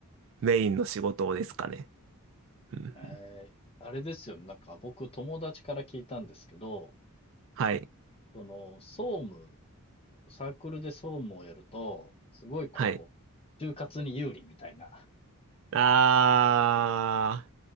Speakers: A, on the right (about 60°); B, on the left (about 25°).
A: メインの仕事ですかね。うんうん
B: えーあれですよね。なんか僕友達から聞いたんですけど、
A: はい。
B: その、総務、サークルで総務をやると、すごいこ
A: はい。
B: う、就活に有利みたいな <laughs>
A: あ